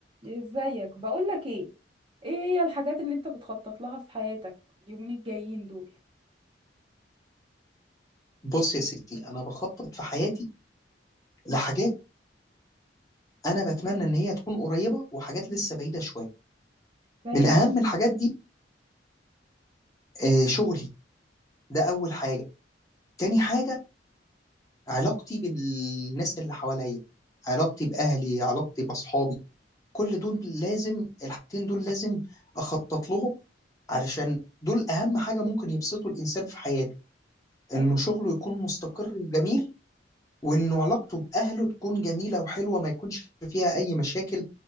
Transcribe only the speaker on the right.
ازيك بقولك ايه ايه هي الحاجات اللي انت بتخطط لها في حياتك اليومين الجايين دول
زي
حلو